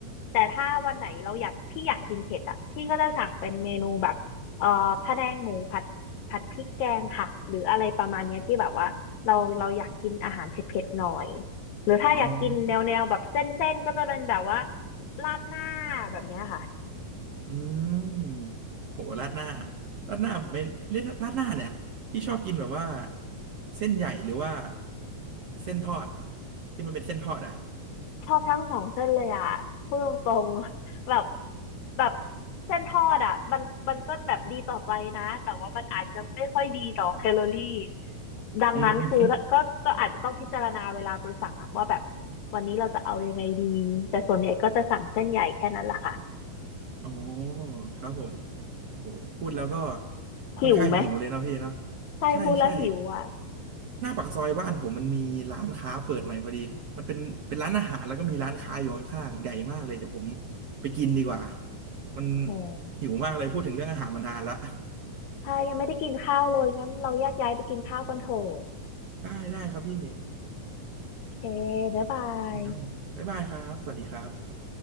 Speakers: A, on the left; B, on the right.
A: แต่ถ้าวันไหนเราอยากพี่อยากกินเผ็ดอ่ะพี่ก็จะสั่งเป็นเมนูแบบเอ่อพะแนงหมูผัดผัดพริกแกงค่ะหรืออะไรประมาณเนี้ยที่แบบว่าเราเราอยากกินอาหารเผ็ดๆหน่อยหรือถ้าอยากกินแนวแนวแบบเส้นๆก็จะเป็นแบบว่า
B: อ๋อ
A: ราดหน้าแบบเนี้ยค่ะ
B: อืมโหราดหน้าราดหน้าเป็นเรียกราดหน้าเนี่ยพี่ชอบกินแบบว่าเส้นใหญ่หรือว่าเส้นทอดที่มันเป็นเส้นทอดอ่ะ
A: ชอบทั้งสองเส้นเลยอ่ะพูดตรงๆ <laughs> แบบแบบเส้นทอดอ่ะมันมันก็แบบดีต่อใจนะ แต่ว่ามันอาจจะไม่ค่อยดีต่อแคลอรี่ ดังนั้นคือก็ก็อาจจะต้องพิจารณาเวลาไปสั่งอ่ะว่าแบบ
B: อืม <laughs>
A: วันนี้เราจะเอายังไงดี แต่ส่วนใหญ่ก็จะสั่งเส้นใหญ่แค่นั้นแหละค่ะ
B: อ๋อครับผมโอ้โหพูดแล้วก็
A: หิวไหม
B: ค่อนข้างหิวเลยเนาะพี่เนาะ
A: ใช่พูดแล้วหิวอ่ะ
B: ใช่ใช่หน้าปากซอยบ้านผมมันมีร้านค้าเปิดใหม่พอดีมันเป็นเป็นร้านอาหารแล้วก็มีร้านค้าอยู่ข้างๆใหญ่มากเลยเดี๋ยวผมไปกินดีกว่ามัน
A: โอ้
B: หิวมากเลยพูดถึงเรื่องอาหารมานานละ
A: ใช่ยังไม่ได้กินข้าวเลยงั้นเราแยกย้ายไปกินข้าวกันเถอะ
B: ได้ได้ครับพี่
A: โอเคบ๊ายบาย
B: นี่ครับผมบ๊ายบายครับสวัสดีครับ